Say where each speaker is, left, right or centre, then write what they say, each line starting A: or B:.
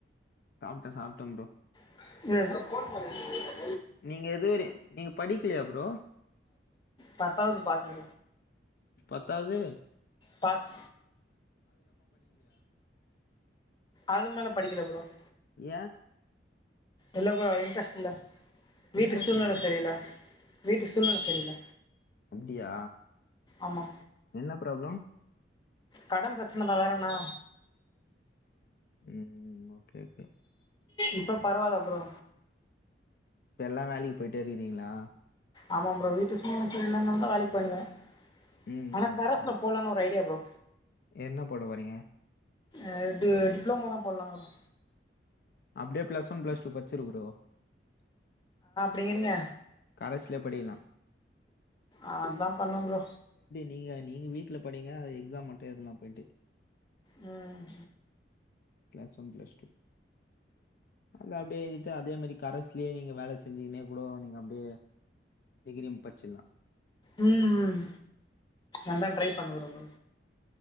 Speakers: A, on the left; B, on the left.
A: சப்பிட்டன் சாப்பிட்டன் ப்ரோ
B: இ
A: நீங்க எதுவர நீங்க படிக்கலையா அ பரோ
B: பாத்தவது பாசு
A: பத்தவுது
B: பாஸ் அது மேல படிக்கல ப்ரோம்
A: ஏ
B: எல்ல இன்ட்ரெஸ்ட் இல்ல வீட்டு
A: இன்ட்ரெஸ்ட்
B: சூழ்னல
A: இல்லையா?
B: சரியில்ல வீட்டு சூழ்நில சரியில்ல
A: அப்படியா
B: ஆமா
A: என்ன ப்ராப்ளம்
B: கடன் பிரச்சனை த வேறண்ணா
A: ஹ்ம்ம் ஓகே ஓகே
B: இப்போ பரவாயில்ல ப்ரோ
A: இப்ப எல்லாம் வேலைக்கு போயிட்டே இருக்கிறீங்களா
B: ஆமாம் ப்ரோ வீட்டு சும்னு சரிய இல்லைனால தான் வேலைக்கு போய்ருந்தன்
A: ம்
B: ஆனா
A: ம்.
B: கரசுல
A: அது
B: போலன்னனு ஒரு ஐடியா ப்ரோ
A: என்ன போட வரீங்க
B: அஹ டிப்ளோம தான் போடலாம்னு
A: அப்டே பிளஸ் ஒன் பிளஸ் டூ பச்சிருக்குறோ
B: நீங்கனிய
A: கரஸ்ல படிக்கலா
B: அதாப்பண்ணு ப்ரோ
A: நீங்க நீங்க வீட்ல படீங்க. அது எக்ஸாம் மட்டு எதெலா போய்ட்டு.
B: உம்
A: ப்ளஸ்ஒன் ப்ளஸ்டூ அது அப்டியே எழ்திட்டு அதே மாரி கரஸ்லே நீங்க வேல செஞ்சிகினே கூடோ நம் டியே டிகிரிம் பச்சல்லா
B: உம் உம் அதா ட்ரை பண்ணிருக்கர ப்ரோ